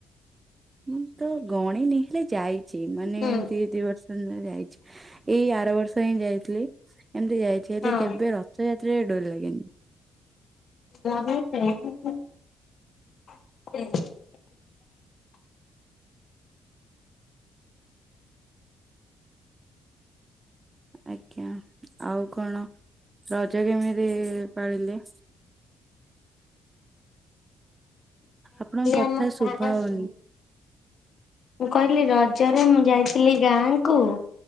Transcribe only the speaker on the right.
ମୁଁ ତ ଗଣିନି ହେଲେ ଯାଇଛି ମାନେ
ଏମତି ଦି ବର୍ଷ ଯାଇଛି ଏଇ ଆର ବର୍ଷ ହିଁ ଯାଇଥିଲି, ଏମତି ଯାଇଛି ହେଲେ
କେବେ ରଥଯାତ୍ରା ତେ ଡୋରି ଲାଗିନି।
ଆଜ୍ଞା ଆଉ କଣ? ରଜ କେମିତି ପାଳିଲେ? ଆପଣଙ୍କ କଥା
ଶୁଭା ହଉନି।